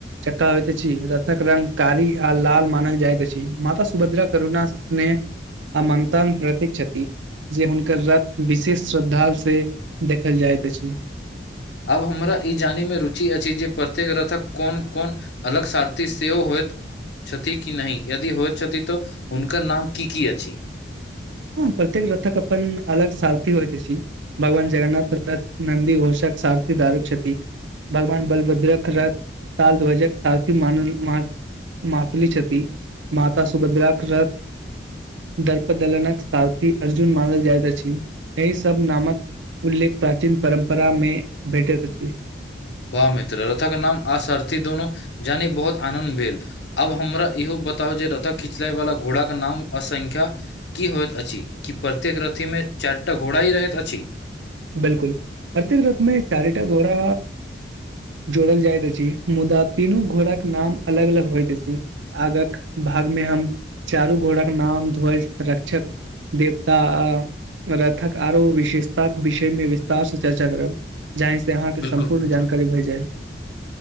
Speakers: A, on the right (about 85°); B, on the left (about 70°).
A: चक्का होइत अछि रथक रंग कारी आ लाल मानल जाइत अछि माता सुभद्रा करुणना सिनेह आ मन्तांग प्रतिक छति। जे हुनकर रथ विशेष श्रद्धाल से देखल जाइत अछि।
B: आब हमरा ई जानैमे रुचि अछि जे प्रत्येक रथक कोन-कोन अलग सारथी सेहो होयत। छथि कि नहि यदि होइत छथि तऽ हुनकर नाम की की अछि?
A: हँ प्रत्येक रथक अपन अलग सारथी होइत अछि भगवान जगन्नाथ रथ नन्दी घोषक सारथी दारूक छथि। भगवान बलभद्रक रथ ताल ध्वजक सारथी मान म मातलि छती माता सुभद्राक रथ दर्प दलनक सारथी अर्जुन मानल जाइत अछि एहि सब नामक उल्लेख प्राचीन परम्परा में भेटैत अछि।
B: बाह मित्र रथक नाम आ सारथी दोनो जानि बहुत आनन्द भेल। आब हमरा इहो बताउ जे रथक खिंचल्यवाला घोड़ाके नाम आ संख्या की होइत अछि कि प्रत्येक रथीमे चारि टा घोड़ा ही रहैत अछि।
A: बिल्कुल प्रत्येक रथमे चारिटा घोड़ा जोड़ल जाइत अछि मुदा तीनू घोड़ाक नाम अलग अलग होइत अछि आगक भाग मे हम चारू घोड़ाक नाम ध्वज रक्षक देवता आ रथक आरो विशेषताक विषय मे विस्तार से चर्चा करब जाहि से अहाँके
B: बिल्कुल
A: सम्पूर्ण
B: मित्र
A: जानकारी भए जाए।